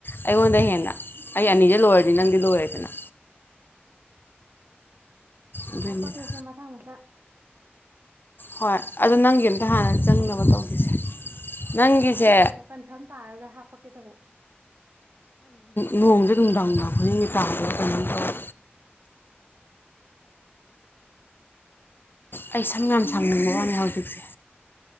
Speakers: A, on the left; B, on the right.
A: ꯑꯩꯉꯣꯟꯗ ꯍꯦꯟꯅ ꯑꯩ ꯑꯅꯤꯁꯦ ꯂꯣꯏꯔꯗꯤ ꯅꯪꯗꯤ ꯂꯣꯏꯔꯦꯗꯅ ꯑꯗꯨꯏꯅꯤꯗ
B: ꯍꯄꯥꯛ ꯀꯦꯁꯦ ꯃꯊꯪ ꯃꯊꯪ
A: ꯍꯣꯏ ꯑꯗꯣ ꯅꯪꯒꯤ ꯑꯝꯇ ꯍꯥꯟꯅ ꯆꯪꯅꯕ ꯇꯧꯈꯤꯁꯦ ꯅꯪꯒꯤꯁꯦ
B: ꯍꯣꯏ ꯑꯩꯒꯤꯗꯣ ꯀꯟꯐꯥꯔꯝ ꯇꯥꯔꯒ ꯍꯥꯄ ꯀꯦꯇꯕꯨ
A: ꯅꯣꯡꯁꯦ ꯅꯨꯡꯗꯥꯡ ꯈꯨꯗꯤꯡꯒꯤ ꯇꯥꯕꯣ ꯀꯃꯥꯏꯅ ꯇꯧꯋ ꯑꯩ ꯁꯝ ꯌꯥꯝ ꯁꯪꯅꯤꯡꯕ ꯋꯥꯅꯦ ꯍꯧꯖꯤꯛꯁꯦ